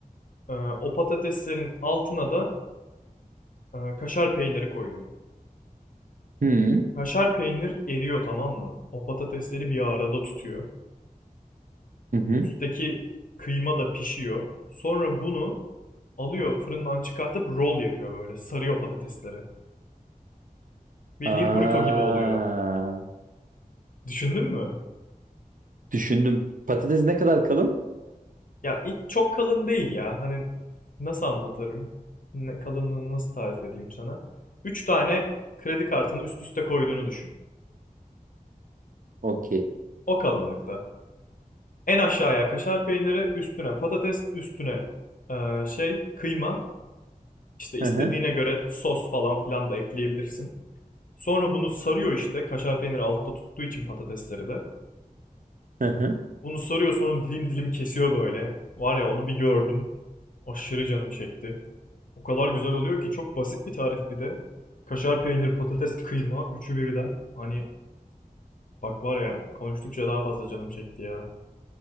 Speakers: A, on the left; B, on the right.
A: e, o patateslerin altına da e, kaşar peyniri koyuyor.
B: hı hı
A: Kaşar peynir eriyor tamam mı? O patatesleri bir arada tutuyor.
B: hı. hı.
A: Üstteki kıyma da pişiyor. Sonra bunu alıyor fırından çıkartıp roll yapıyor böyle. Sarıyor patatesleri. Bildiğin
B: Aa.
A: burrito gibi oluyor. Düşündün mü?
B: Düşündüm. Patates ne kadar kalın?
A: Ya i- çok kalın değil ya. Hani nasıl anlatırım? Ne- kalınlığını nasıl tarif edeyim sana? 3 tane kredi kartını üst üste koyduğunu düşün.
B: Okey.
A: O kalınlıkta. En aşağıya kaşar peyniri, üstüne patates, üstüne e, şey kıyma. İşte istediğine
B: Hı hı.
A: göre sos falan filan da ekleyebilirsin. Sonra bunu sarıyor işte. Kaşar peyniri altta tuttuğu için patatesleri de.
B: Hı hı.
A: Bunu sarıyor sonra dilim dilim kesiyor böyle. Var ya onu bir gördüm. Aşırı canım çekti. O kadar güzel oluyor ki çok basit bir tarif bir de. Kaşar peynir, patates, kıyma üçü birden. Hani bak var ya konuştukça daha fazla canım çekti ya.